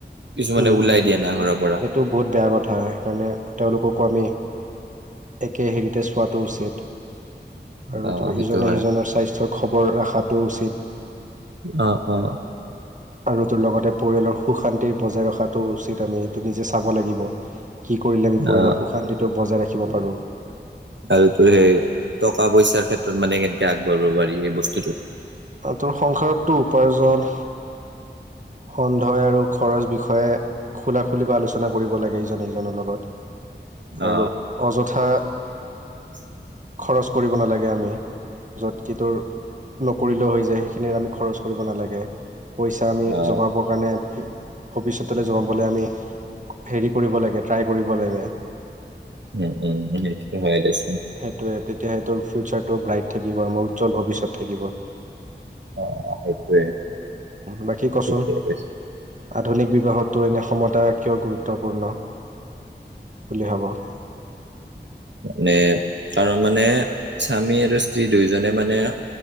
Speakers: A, on the right; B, on the right.
A: কিছুমানে
B: উম
A: ওলাই দিয়ে না ঘৰৰ পৰা
B: এইটো বহুত বেয়া কথা সেইকাৰণে তেওঁলোকক কমেই একে হেৰিতেজ চোৱাটো উচিত আৰু
A: অ
B: তোৰ
A: সেইটো
B: ইজনে
A: হয়
B: সিজনৰ স্বাস্থ্যৰ খবৰ ৰখাতটো উচিত
A: অ অ
B: আৰু এইটোৰ লগতে পৰিয়ালৰ সুখ শান্তিৰ বজাই ৰখাটো উচিত আমি এইটো নিজে চাব লাগিব সি কৰিলে আমি পৰিয়ালৰ
A: অ
B: সুশান্তিটো বজাই ৰাখিব পাৰোঁ
A: আৰু তোৰ সেই টকা পইচাৰ ক্ষেত্ৰত মানে কেনেকেণআগবাঢিব বাৰ এই বস্তুটো
B: তোৰ সংসাৰতটো উপাৰ্জন সন্ধহ আৰু খৰচ বিষয়ে খোলা খুলিকৈ আলোচনা কৰিব লাগে ইজনে সিজনৰ লগত
A: অ
B: আৰু অযথা
A: <unintelligible>
B: খৰচ কৰিব নালাগে আমি য'ত কি তোৰ নকৰিলেও হৈ যায় সেইখিনিত আমি খৰচ কৰিব নালাগে পইচা আমি
A: অ
B: জমাবৰ কাৰণে ভৱিষ্যতলৈ জমাবলৈ আমি হেৰি কৰিব লাগে ট্ৰাই কৰিব লাগে
A: উম উম সেইটো হয় দেচোন
B: সেইটোৱে তেতিয়াহে তোৰ ফিউচাৰটো ব্ৰাইট থাকিব আমাৰ উজ্জল ভত থাকিব
A: অ সেইটোৱে
B: বাকী কচোন
A: ঠিকে কৈছে
B: আধুনিক বিবাহতত এনে ক্ষমতা কিয় গুৰুত্বপূৰ্ণ বুলি ভাব
A: মানে কাৰণ মানে স্বামী আৰু স্ত্ৰী দুয়ইজনে মানে